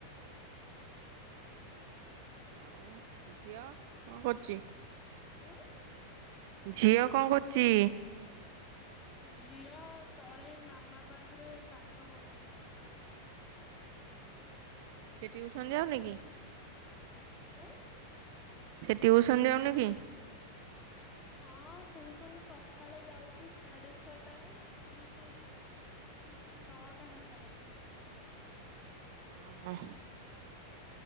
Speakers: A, on the right (about 50°); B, on the left (about 20°).
A: ଆଉ ଝିଅ କଅଁ କରୁଚି?
B: ଉଁ।
A: ଝିଅ କଣ କରୁଚି?
B: ଝିଅ ତଳେ ମାମା ପାଖେରେ ପାଠ ପଢୁଥିଲା।
A: ଓହୋ ସେ ଟିଉସନ ଯାଉନିକି?
B: ଆଁ?
A: ସେ ଟିଉସନ ଯାଉନି କ?
B: ହଁ ଟୁଇସନ ସଖାଳେ ଯାଉଛି ସାଢେ ଛଅଟାରୁ ଆସୁଚି ସେଇ ହୁଁ ନଅଟା ପାଖାପାଖି।
A: ଓହୋ।